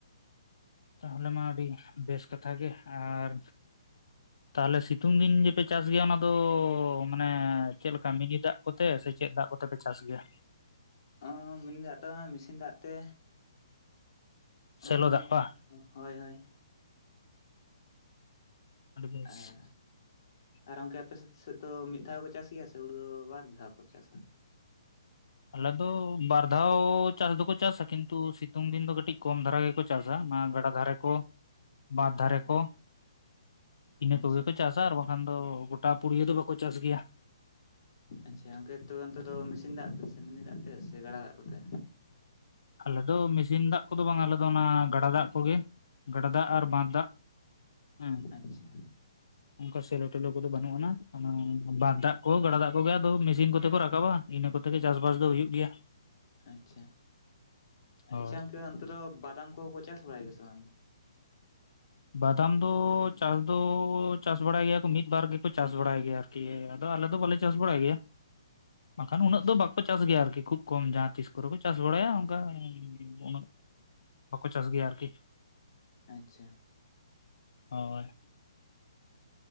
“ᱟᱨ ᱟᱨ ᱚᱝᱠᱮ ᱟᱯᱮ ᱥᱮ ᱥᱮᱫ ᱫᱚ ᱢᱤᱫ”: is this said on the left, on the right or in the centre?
Left